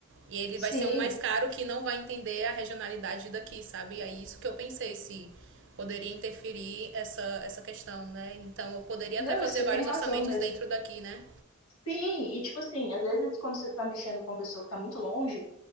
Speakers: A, on the right; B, on the left.
A: E ele
B: sim.
A: vai ser um mais caro que não vai entender a regionalidade daqui, sabe? E é isso que eu pensei, se poderia interferir essa, essa questão, né? Então eu poderia
B: Não,
A: até fazer
B: você
A: vários
B: tem razão
A: orçamentos
B: mesmo.
A: dentro daqui, né?
B: Sim, e tipo assim, às vezes quando você tá mexendo com uma pessoa que tá muito longe,